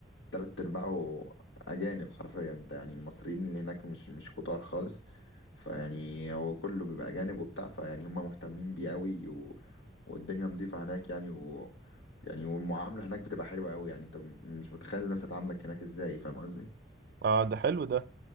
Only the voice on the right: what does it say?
اه ده حلو ده